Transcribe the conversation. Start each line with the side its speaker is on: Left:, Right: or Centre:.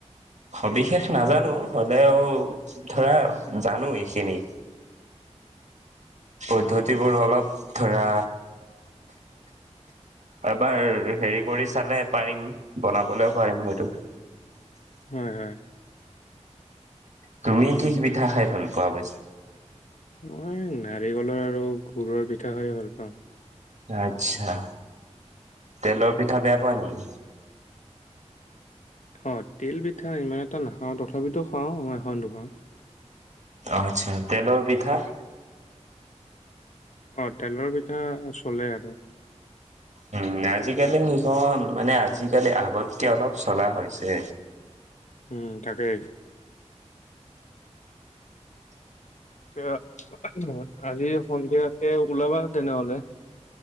Right: সবিশেষ নাজানো হলেও, ধৰা জানো এইখিনি। পদ্ধতিবোৰ অলপ ধৰা এবাৰ হেৰি কৰি চালে পাৰিম, বনাবলৈও পাৰিম হয়তো।
Left: হয়', হয়',।
Right: তুমি কি পিঠা খাই ভাল পোৱা বেছি?
Left: মই নাৰিকলৰ আৰু গুৰৰ পিঠা খাই ভাল পাওঁ।
Right: আচ্ছা, তেলৰ পিঠা বেয়া পোৱা নি?
Left: অ' তিল পিঠা ইমান এটা নাখাওঁ, তথাপিতো খাওঁ এখন দুখন।
Right: অ', আচ্ছা, তেলৰ পিঠা?
Left: অ', তেলৰ পিঠা চলে আৰু।
Right: উম', আজিকালি সেইখন, মানে আজিকালি আগতকে অলপ চলা হৈছে।
Left: উম', তাকে। এ' আজি সন্ধিয়াকে ওলাবা তেনেহলে।